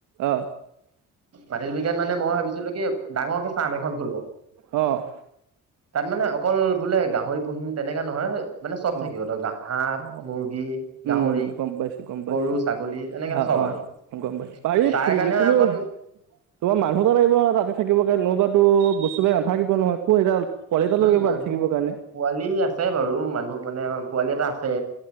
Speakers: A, on the right; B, on the right.
A: অ
B: মাটিৰ বিঘাত মানে মই ভাবিছিলো কি ডাঙৰকে ফাৰ্ম এখন খুলো।
A: অ'
B: তাত মানে অকল বোলে গাহৰি পুহিম তেনেকা নহয়। মানে চব
A: অ
B: থাকিব ধৰ হাঁহ,
A: অ
B: মুৰ্গী,
A: উম
B: গাহৰি,
A: গম পাইছো গম পাইছো
B: গৰু, ছাগলী, এনেকৈ
A: অ
B: চব
A: অ
B: আৰু
A: গম পাইছোঁ পাৰি
B: তাৰ
A: খুলিবলৈ
B: কাৰণেহে
A: কিন্তু
B: অকণ
A: তোমাৰ মানুহ এটা লাগিব ৰাতি থাকিব কাৰণে নহ'বাতো বস্তু বি থাকিব নহয়। ক' এডাল পোৱালি এটা
B: মানে
A: লৈ ল'ব
B: মানুহ
A: ৰাতি থাকিবৰ কাৰণে
B: পোৱালি আছে বাৰু মানুহ মানে পোৱালি এটা আছে।